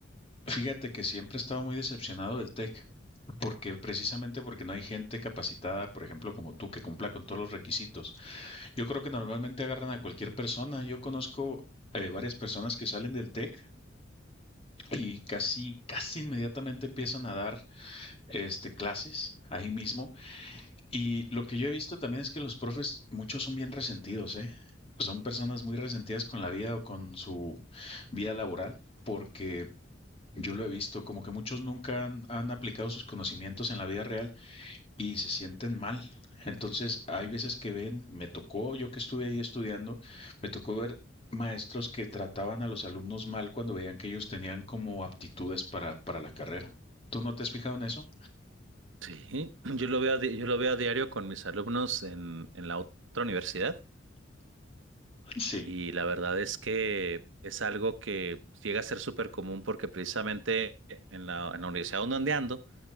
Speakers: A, on the left; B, on the right.
A: Fíjate que siempre he estado muy decepcionado del TEC, porque precisamente porque no hay gente capacitada, por ejemplo, como tú, que cumpla con todos los requisitos. Yo creo que normalmente agarran a cualquier persona. Yo conozco eh, varias personas que salen del TEC y casi, casi inmediatamente empiezan a dar este, clases ahí mismo. Y lo que yo he visto también es que los profes, muchos son bien resentidos, ¿eh? Son personas muy resentidas con la vida o con su vida laboral. porque yo lo he visto, como que muchos nunca han, han aplicado sus conocimientos en la vida real y se sienten mal. Entonces, hay veces que ven, me tocó, yo que estuve ahí estudiando, me tocó ver maestros que trataban a los alumnos mal cuando veían que ellos tenían como aptitudes para, para la carrera. ¿Tú no te has fijado en eso?
B: Sí, yo lo veo a, di- yo lo veo a diario con mis alumnos en, en la otra universidad.
A: Sí,
B: Y la verdad es que es algo que llega a ser súper común porque precisamente en la, en la universidad donde ando